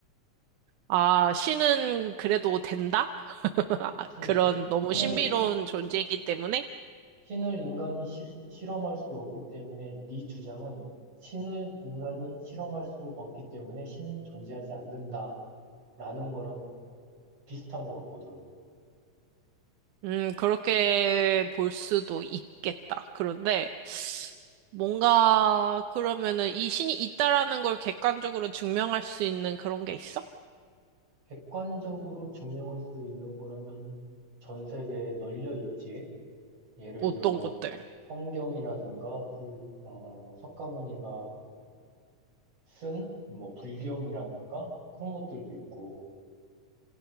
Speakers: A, on the right (about 85°); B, on the right (about 55°).
A: 아, 신은 그래도 된다? <laughs>
B: 그렇지.
A: 아, 그런 너무
B: 신을,
A: 신비로운 존재이기 때문에,
B: 신을 인간이 실, 실험할 수 없기 때문에 네 주장은 신을 인간이 실험할 수 없기 때문에 신은 존재하지 않는다라는 거랑 비슷한 것 같거든.
A: 음, 그렇게 볼 수도 있겠다. 그런데 뭔가 그러면은 이 신이 있다라는 걸 객관적으로 증명할 수 있는 그런 게 있어?
B: 객관적으로 증명할 수 있는 거라면 전 세계에 널려 있지. 예를
A: 어떤
B: 들어
A: 것들?
B: 성경이라든가 불, 어, 석가모니가 쓴 뭐 불경이라든가 그런 것들도 있고